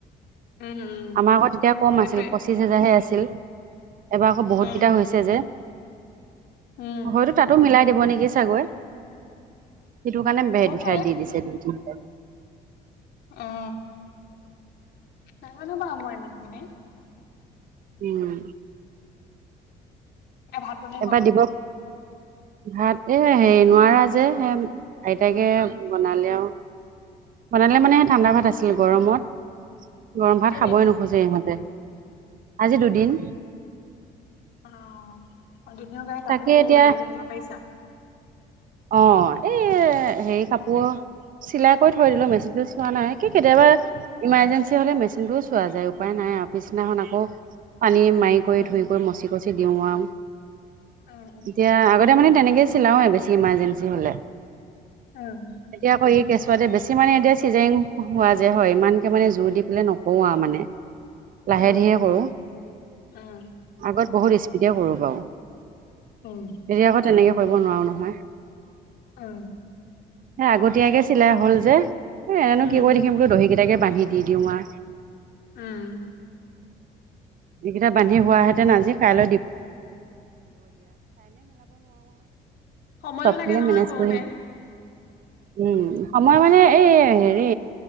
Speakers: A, on the left; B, on the right.
A: উম উম
B: আমাৰ আকৌ তেতিয়া কম
A: সেইটোৱে
B: আছিল। পঁচিশ হেজাৰহে আছিল। এইবাৰ বহুত
A: উম
B: কেইটা হৈছে যে।
A: উম
B: হয়তো তাতো মিলাই দিব নেকি চাগৈ। সেইটো কাৰণে
A: হ'ব
B: বেলেগ
A: পাৰে
B: ঠাইত দিছে দুই, তিনি ঠাইত।
A: ও, নাজানো বাৰু মই ইমান খিনি।
B: উম।
A: এতিয়া ভাত বনাই
B: এবাৰ
A: হৈ গল।
B: দিব ভাত এ হেৰি নোৱাৰা যে। আইতাকে বনালে আৰু। বনালে মানে স ঠাণ্ডা ভাত আছিল। গৰমত গৰম ভাত
A: কেইদিন
B: খাবই নোখোজে ইহঁতে। আজি দুদিন
A: অ-অ দুনীয়া গাই
B: তাকে
A: কাপোৰবোৰ
B: এতিয়া
A: হেৰি কাটিব পাৰিছা?
B: অ এই হেৰি কাপোৰৰ চিলাই কৰি থৈ দিলো। মেচিন টো চোৱা নাই। কি কেতিয়াবা ইমাৰজেঞ্চি হ'লে মেচিনটোও চোৱা যায় উপাই নাই। নাই পিছদিনাখন আকৌ পানী মাৰি কৰি
A: উম
B: ধৰি কৰি মচি কচি দিও আৰু
A: উম
B: এতিয়া আগতে মানে তেনেকে ছিলাওৱে বেছি ইমাৰজেঞ্চি হলে।
A: উম।
B: এতিয়া আকৌ ই কেঁচুৱাতে বেছি মানে এতিয়া চিজাইং হোৱা যে হয় ইমানকে মানে জোৰ দি পেলাই নকৰো আৰু মানে। লাহে
A: উম
B: ধীৰে কৰোঁ।
A: উম উম
B: আগত বহুত স্পীডে কৰিব বাৰু। এতিয়া
A: উম
B: আকৌ তেনেকে কৰিব নোৱাৰো নহয়।
A: অ।
B: স আগতীয়াকে চিলাই হ'ল যে। এ এনেনো
A: উম
B: কি কৰি থাকিম বোলো দহি কিটাকে বান্ধি দি দিওঁ আ
A: উম!
B: এইকেইটা বান্ধি হোৱাহেতেন আজি কাইল
A: সময়ো
B: চবপিনে
A: লাগে নহয়
B: মেনেছ
A: কৰোতে।
B: কৰি উম সময় মানে এই হেৰি